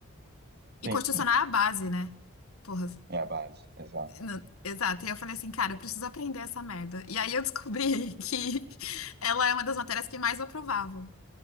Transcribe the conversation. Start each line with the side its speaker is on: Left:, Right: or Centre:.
Left: E
Right: Sim,
Left: constitucional é a base, né? Porra,
Right: é a base, exato.
Left: Não, Exato, e eu falei assim, cara, eu preciso aprender essa merda. E aí eu descobri <laughs> que ela é uma das matérias que é mais aprovavam.